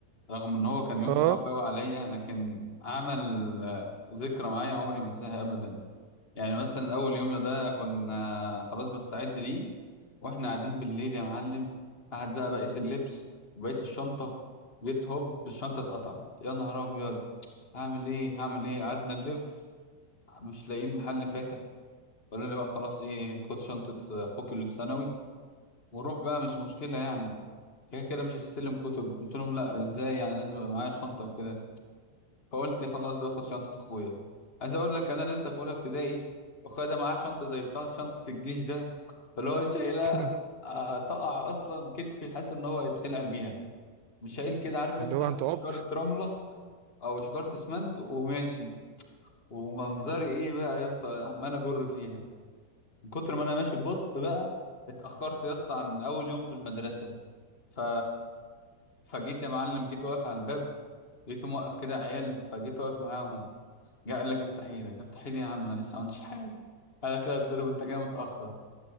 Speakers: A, on the left; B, on the right.
A: رغم ان هو كان يوم
B: اه
A: صعب قوي عليا لكن عمل آه، ذكرى معايا عمري ما انساها ابدا يعني مثلا اول يوم ده كنا خلاص بستعد ليه واحنا قاعدين بالليل يا معلم قعد بقى بقيس اللبس وبقيس الشنطه جيت هوب الشنطه اتقطعت يا نهار ابيض هعمل ايه هعمل ايه قعدنا نلف مش لاقيين محل فاتح قالوا لي بقى خلاص ايه خد شنطه اخوك اللي في ثانوي وروح بقى مش مشكله يعني كده كده مش هتستلم كتب قلت لهم لا ازاي يعني لازم يبقى معايا شنطه وكده فقلت خلاص باخد شنطة اخويا عايز اقول لك انا لسه في اولى ابتدائي واخويا ده معاه شنطة زي بتاعة شنطة الجيش ده فاللي هو شايلها
B: <laughs>
A: آه، تقع اصلا كتفي حاسس ان هو هيتخلع بيها مش شايل كده عارف
B: اللي
A: انت
B: هو انت عبط
A: شكارة رملة او شكارة اسمنت وماشي ومنظري ايه بقى يا اسطى عمال اجر فيها من كتر ما انا ماشي ببطء بقى اتأخرت يا اسطى عن اول يوم في المدرسة ف... فجيت يا معلم جيت واقف على الباب لقيته موقف كده عيال فجيت واقف معاهم جه قال لك افتح ايدك افتح ايدي يا عم انا لسه ما عملتش حاجه قال لك لا تضرب انت جاي متاخر